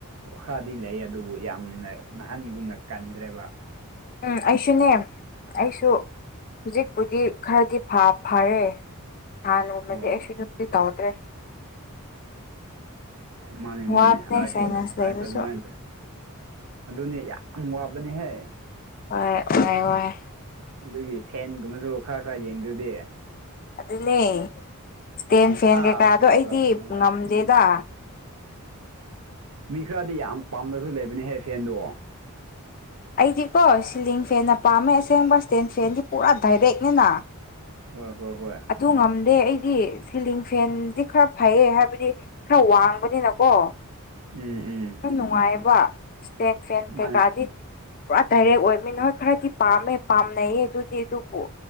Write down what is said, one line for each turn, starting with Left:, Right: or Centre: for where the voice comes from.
Right: ꯈꯔꯗꯤ ꯂꯩ ꯑꯗꯨꯕꯨ ꯌꯥꯝꯅ ꯅꯥꯍꯟꯒꯨꯝꯅ ꯀꯟꯒ꯭ꯔꯦꯕ
Left: ꯎꯝ ꯑꯩꯁꯨꯅꯦ ꯑꯩꯁꯨ ꯍꯨꯖꯤꯛꯄꯨꯗꯤ ꯈꯔꯗꯤ ꯐꯥ ꯐꯥꯔꯦ ꯅꯍꯥꯟꯒꯨꯝꯅꯗꯤ
Right: ꯍꯣꯏ ꯍꯣꯏ
Left: ꯑꯩꯁꯨꯗꯨꯗꯤ ꯇꯧꯗ꯭ꯔꯦ
Right: ꯃꯥꯅꯦ ꯃꯥꯅꯦ
Left: ꯋꯥꯕꯅꯦ
Right: ꯑꯩꯁꯨ
Left: ꯁꯥꯏꯅꯁ
Right: ꯑꯗ ꯑꯩꯁꯨ
Left: ꯂꯩꯕꯁꯨ
Right: ꯑꯗꯨꯃꯥꯏ ꯑꯗꯨꯅꯦ ꯌꯥꯝ ꯋꯥꯕꯅꯦꯍꯦ
Left: ꯍꯣꯏ ꯋꯥꯏ ꯋꯥꯏ
Right: ꯑꯗꯨꯒꯤ ꯐꯦꯟꯒꯨꯝꯕꯁꯨ ꯈꯔ ꯈꯔ ꯌꯦꯡꯗ꯭ꯔꯗꯤ
Left: ꯑꯗꯨꯅꯦ ꯏꯁꯇꯦꯟ
Right: ꯄꯪꯊꯥ
Left: ꯐꯦꯟ ꯀꯩꯀꯥꯗꯣ
Right: ꯊꯥꯔꯒ
Left: ꯑꯩꯗꯤ
Right: ꯂꯩꯕꯅꯦꯕ
Left: ꯉꯝꯗꯦꯗ
Right: ꯃꯤ ꯈꯔꯗꯤ ꯌꯥꯝ ꯄꯥꯝꯕꯁꯨ ꯂꯩꯕꯅꯦꯍꯦ ꯐꯦꯟꯗꯣ
Left: ꯑꯩꯗꯤꯀꯣ ꯁꯤꯂꯤꯡ ꯐꯦꯟꯅ ꯄꯥꯝꯃꯦ ꯑꯁꯦꯡꯕ ꯏꯁꯇꯦꯟ ꯐꯦꯟꯗꯤ ꯄꯨꯔꯥ ꯗꯥꯏꯔꯦꯛꯅꯤꯅ
Right: ꯍꯣꯏ ꯍꯣꯏ ꯍꯣꯏ
Left: ꯑꯗꯨ ꯉꯝꯗꯦ ꯑꯩꯗꯤ ꯁꯤꯂꯤꯡ ꯐꯦꯟꯗꯤ ꯈꯔ ꯐꯩꯌꯦ ꯍꯥꯏꯕꯗꯤ ꯈꯔ ꯋꯥꯡꯕꯅꯤꯅꯀꯣ
Right: ꯎꯝ ꯎꯝ
Left: ꯅꯨꯡꯉꯥꯏꯌꯦꯕ ꯏꯁꯇꯦꯟ ꯐꯦꯟ
Right: ꯃꯥꯅꯦ
Left: ꯀꯩꯀꯥꯗꯤ ꯄꯨꯔꯥ ꯗꯥꯏꯔꯦꯛ ꯑꯣꯏꯕꯅꯤꯅ ꯍꯣꯏ ꯈꯔꯗꯤ ꯄꯥꯝꯃꯦ ꯄꯥꯝꯅꯩꯌꯦ ꯑꯗꯨꯗꯤ ꯑꯗꯨꯕꯨ